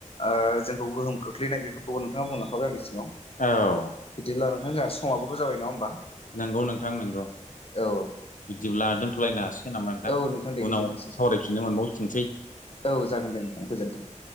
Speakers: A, on the left; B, on the left.
A: ओ जोंखौ गोहोम खोख्लैनाय बेफोरखौबो नोंथाङा बुंलांखाबाय आंनि सिगाव।
B: औ
A: बिदिब्ला नोंथां जोंहा स समावाबो' जाबाय नङा होमबा?
B: नोंगौ नोंथां नोंगौ।
A: औ
B: बिदिब्ला दोनथ'लायनो हासिगोन नामा नोंथां
A: औ दे
B: उनाव
A: गोजोनथोंसै
B: सावरायफिननो मोनबाव थोंनसै।
A: औ जागोन दे नोंथां गोजोन्थों।